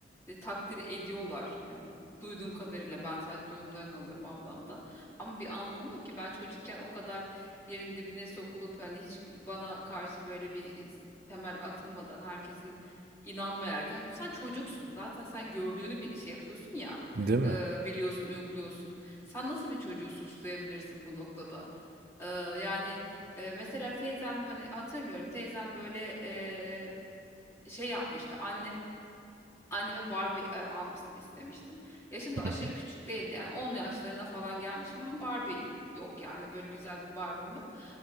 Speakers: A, on the left; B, on the right.
A: e, takdir ediyorlar hani duyduğum kadarıyla ben sadece duyumlarını alıyorum ablamda ama bir anlamı yok ki ben çocukken o kadar yerin dibine sokulup hani hiç bana karşı böyle bir temel atılmadan herkesin inanmayarak hani sen çocuksun zaten sen gördüğünü bir şey yapıyorsun ya
B: değil mi?
A: e, biliyorsun uyguluyorsun sen nasıl bir çocuğu suçlayabilirsin bu noktada? Ee, yani ee, mesela teyzem hani hatırlıyorum teyzem böyle eee, şey yapmıştı annem anneme Barbie e, almasını istemiştim. Yaşım da
B: Hı
A: aşırı
B: hı.
A: küçük değildi yani 10 yaşlarına falan gelmişim ama Barbie yok yani böyle güzel bir Barbie'm yok.